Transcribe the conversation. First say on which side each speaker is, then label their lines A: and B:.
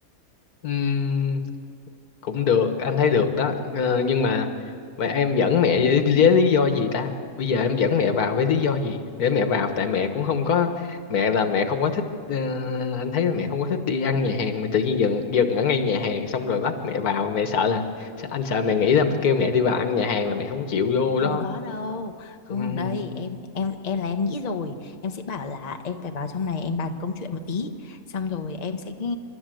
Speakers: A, on the left; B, on the left.
A: Ừm, cũng được anh thấy được đó Ờ, nhưng mà vậy em dẫn mẹ với, với lý do gì ta bây giờ em dẫn mẹ vào với lý do gì để mẹ vào tại mẹ cũng không có mẹ là mẹ không có thích ờ, anh thấy là mẹ không có thích đi ăn nhà hàng mà tự nhiên dừng dừng ở ngay nhà hàng xong rồi bắt mẹ vào mẹ sợ là anh sợ mẹ nghĩ là kêu mẹ đi vào ăn nhà hàng là mẹ không chịu vô
B: không
A: đó
B: có đâu không
A: Ừm,
B: đây em em em là em nghĩ rồi em sẽ bảo là em phải vào trong này em bàn công chuyện một tí xong rồi em sẽ cái,